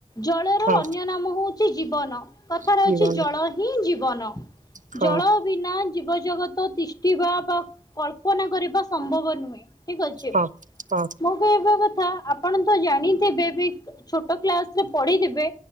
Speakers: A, on the left; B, on the right.
A: ଜଳର
B: ହଁ
A: ଅନ୍ୟ ନାମ ହଉଛି ଜୀବନ। କଥାରେ
B: ଜୀବନ
A: ଅଉଛି ଜଳ ହିଁ ଜୀବନ।
B: ହଁ
A: ଜଳ ବିନା ଜୀବଜଗତ ତିଷ୍ଠିବା ବା କଳ୍ପନା କରିବା ସ ସମ୍ଭବ ନୁହେଁ ଠିକ ଅଛି।
B: ହଁ ହଁ
A: ମୁଁ ମୁଁ ଏବେ କଥା ଆପଣ ତ ଜାଣିଥିବେ ବି ଛୋଟ କ୍ଲାସରେ ପଢିଥିବେ